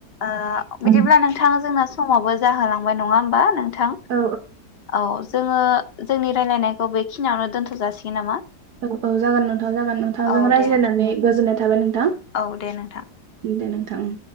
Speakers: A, on the left; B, on the right.
A: ओ
B: औ
A: बिदिब्ला नोंथाङा जोंना समावबो जाहोलां। बाय नङा हनबा नोंथां
B: औ
A: औ। जोङो जोंनि रायलायनायखौ बेखिनियावनो दोन्थ' जासिगोन नामा।
B: औ औ जागोन नोंथां जागोन नोंथांजों
A: औ
B: रायज्लायनानै
A: दे
B: गोजोननाय थाबाय नोंथां।
A: औ दे नोंथां।
B: दे नोंथां उम।